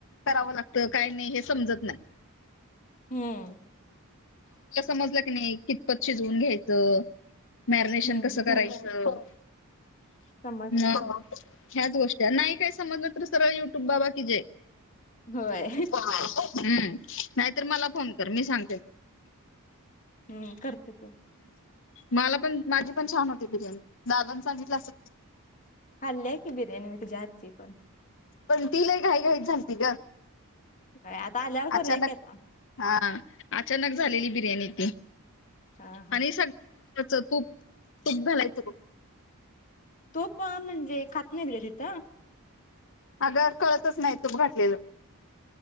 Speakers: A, on the left (about 55°); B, on the left (about 35°).
A: करावं लागतं काय नाही हे समजत नाही.
B: हम्म.
A: तुला समजलं की नाही कितपत शिजवून घ्यायचं. मॅरिनेशन
B: हम्म
A: कस करायचं
B: समजलं
A: म
B: की
A: ह्याच गोष्टी नाही काय समजलं तर सरळ युट्यूब बाबा की जय
B: होय
A: हम्म. नाहीतर मला फोन कर मी सांगते.
B: हम्म. करते ते
A: मला पण माझी पण छान होती बिर्याणी दादानी सांगितलं असेल की.
B: खाल्लीय की बिर्याणी मी तुझ्या हातची पण.
A: पण ति लय लय घाई घाईत झालती ग.
B: काय आता आल्यावर करूया
A: अचानक
B: की आता.
A: हा अचानक झालेली बिर्याणी ती
B: हा हा
A: आणि सग ह तूप तूप घालायचं बघ.
B: तूप म्हणजे खात न्हाईत ग तिथं.
A: आगं कळतच नाही तूप घातलेलं